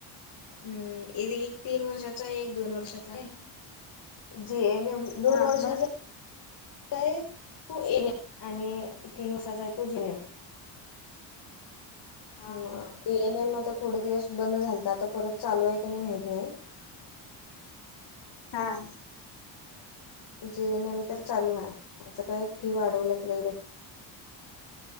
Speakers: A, on the left; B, on the left.
A: हम्मं एक तीनं वर्षाचा एक दोन वर्षाचा आहे जी एम एन. दोन
B: हा
A: वर्षाचां.
B: मग
A: तूं एनिम आणि तीनं वर्षचा आहे तूं जिनिम.
B: हां
A: मग
B: हां
A: ए एनएम आंता थोडे दिवसं बंद झालंत आंता परंत चालूं आहे की नाहीं माहित नाहीं
B: हां
A: जी नेम तरं चालूं आहे आमचं कायं फी वाढवल्यांत लई बाई